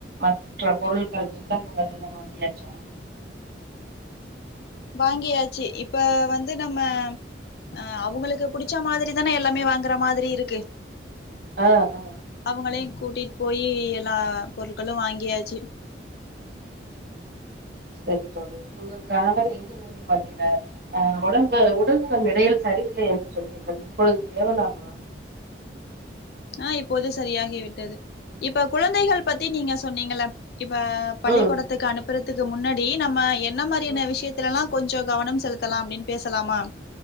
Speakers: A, on the right; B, on the left.
A: மற்ற பொருட்கள் புத்தகங்கள் எல்லா வாங்கியாச்சா
B: வாங்கியாச்சு இப்ப வந்து நம்ம அஹ் அவங்களுக்கு புடிச்ச மாதிரி தானே எல்லாமே வாங்குற மாதிரி இருக்கு
A: அஹ் அஹ்
B: அவங்களையு கூட்டிட்டு போயி எல்லா பொருட்களும் வாங்கியாச்சு
A: சரி தோழி உங்க கணவர் எங்க வேலை பார்க்கிறார் அஹ் உடம்பு உடல்நலம் இடையில் சரியில்லை என்று சொன்னீர்கள் இப்பொழுது தேவலாமா
B: அஹ் இப்போது சரியாகி விட்டது இப்ப குழந்தைகள் பத்தி நீங்க சொன்னீங்கள்ள இப்ப பள்ளிக்கூடத்துக்கு
A: ம்
B: அனுப்புற துக்கு முன்னாடி நம்ம எ என்ன மாரியான
A: ம்
B: விஷயத்தலல்லாம் கொஞ்சோ கவனம் செலுத்தலாம் அப்டின்னு பேசலாமா